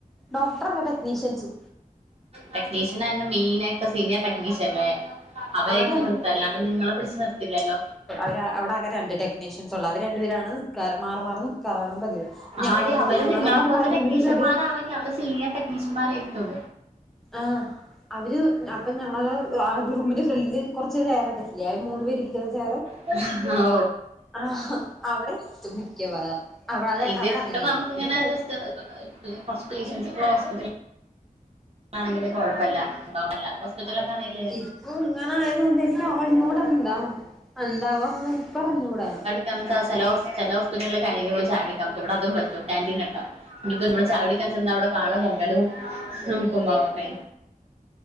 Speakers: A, in the centre; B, on the right (about 45°).
A: ഡോക്ടറല്ല ടെക്നീഷ്യൻസ്
B: ടെക്നീഷ്യൻെ റഞ്ഞാൽമെയിനായിട്ട സീനിയർ ടെക്നീഷ്യൻല്ലേ അവ
A: അവിടെ
B: ആരിക്ക നിർത്താാനിങ്ങളെ പിടിിച്ചു നിർത്തില്ലല്ലോ
A: അവ അവിടെ അകെ രണ്ട് ടെക്നീഷ്യൻസ ഉള്ള അവര് രണ്ടു പേരാണ് മാറ മാറുന്നു കറണം പതി ഞങ്ങൾക്ക്
B: ആടി അവര്
A: ഞങ്ങളുംണ്ടും
B: നിങ്ങളെ പോലത്തെ ടെക്നീഷ്യന്മാരാവില്ല
A: ഫ്രണ്ടിലും
B: അവര് സീനിയർ ടെക്നീഷ്യന്മാരായിരിത്തും
A: ആ അവര് അപ്പൊ ഞങ്ങ റൂമിന്റെ ഫ്രണ്ടില് കുറച്ച് കയറട്ടണ്ട് ഇല്ല മൂന്ന് പേ ഇരിക്കുന്ന ചെയ്റ്
B: ഹഹാ
A: ആ അവിടെത്തും മിക്കവാറും അത
B: ഇത്
A: അവിടെ
B: ഇട്ടിട്ട്
A: അങ്ങനെ ആായിരിക്കും
B: നമുക്കിങ്ങനെ
A: പിന്നെ
B: ജസ്റ്റ് കുറച്ച് പേഷ്യൻസ് ുള്ളഹോസ്പ ആണെങ്ക കുഴപ്പമല്ല ഉണ്ടല്ല ഹോസ്പിറ്റലൊക്കെ ആണെങ്കിൽ
A: ഇതിപ്പോൊ ഇങ്ങനെ ആയത കൊൊണ്ട് എനിക്ക് അറിഞ്ഞുട എന്താ എന്താവാ എന്ന എനിക്ക് പറഞ്ഞുടാ
B: ച ഹോസ്പിറ്റലില കയവി ഇവി അതും പറ്റും കാക്ൻറീൻ ഉണ്ടും <unintelligible> ഇനിയിപ്പോ നമ്മള ചവിടിക്കാൻ ചെന്ന അവിടെ കാണാ പൊലും നക്കുമ്പൊക്കെ